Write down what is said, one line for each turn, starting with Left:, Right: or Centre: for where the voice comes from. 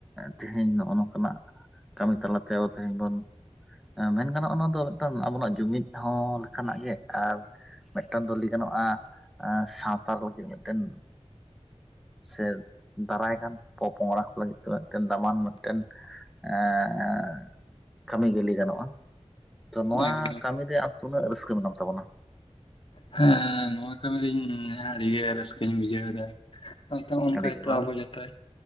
Centre: ᱛᱤᱦᱤᱧ ᱱᱚᱜᱼᱚ ᱱᱚᱝᱠᱟᱱᱟᱜ ᱠᱟᱹᱢᱤ ᱛᱟᱞᱟᱛᱮ ᱟᱫᱚ ᱛᱮᱦᱮᱧ ᱵᱚᱱ ᱮᱸ ᱢᱮᱱ ᱜᱟᱱᱚᱜᱼᱟ ᱱᱚᱣᱟ ᱫᱚ ᱢᱤᱫᱴᱟᱱ ᱟᱵᱚᱱᱟᱜ ᱡᱩᱢᱤᱫ ᱦᱚᱸ ᱞᱮᱠᱟᱱᱟᱜ ᱜᱮ ᱟᱨ ᱢᱤᱫᱴᱮᱱ ᱫᱚ ᱞᱮᱭ ᱜᱟᱱᱚᱜᱼᱟ ᱮᱸ ᱥᱟᱶᱛᱟ ᱞᱟᱹᱜᱤᱫ ᱢᱤᱫᱴᱮᱱ ᱥᱮ ᱫᱟᱨᱟᱭ ᱠᱟᱱᱟᱱ ᱯᱚᱼᱯᱚᱝᱲᱟ ᱠᱚ ᱞᱟᱹᱜᱤᱫ ᱛᱮ ᱢᱤᱫᱴᱮᱱ ᱫᱟᱢᱟᱱ ᱢᱤᱫᱴᱮᱱ ᱮᱸᱻ ᱠᱟᱹᱢᱤ ᱜᱮ ᱞᱮᱭ ᱜᱟᱱᱚᱜᱼᱟ᱾ ᱛᱚ ᱱᱚᱣᱟ
Left: ᱮᱠᱫᱚᱢ
Centre: ᱠᱟᱹᱢᱤ ᱨᱮ ᱟᱢ ᱛᱩᱱᱟᱹᱜ ᱨᱟᱹᱥᱠᱟᱹ ᱢᱮᱱᱟᱢ ᱛᱟᱵᱚᱱᱟ?
Left: ᱦᱮᱸ᱾ ᱱᱚᱣᱟ ᱠᱟᱹᱢᱤ ᱨᱮ ᱤᱧ ᱟᱹᱰᱤᱜᱮ ᱨᱟᱹᱥᱠᱟᱹᱧ ᱵᱩᱡᱷᱟᱹᱣᱮᱫᱟ <inaudible>
Centre: ᱟᱹᱰᱤ ᱜᱮ ᱵᱟᱝ
Left: ᱟᱵᱚ ᱡᱷᱚᱛᱚᱭ